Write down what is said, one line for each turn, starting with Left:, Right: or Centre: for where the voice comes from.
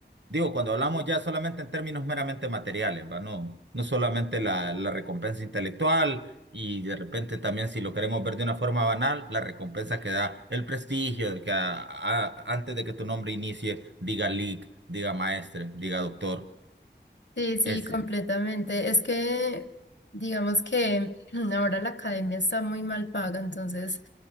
Right: Digo, cuando hablamos ya solamente en términos meramente materiales, ¿va? No, no solamente la, la recompensa intelectual y de repente también si lo queremos ver de una forma banal, la recompensa que da el prestigio de que a- a- antes de que tu nombre inicie, diga Lic, diga maestre, diga doctor,
Left: Sí, sí,
Right: ese.
Left: completamente. Es que, digamos que <clears throat> ahora la academia está muy mal paga, entonces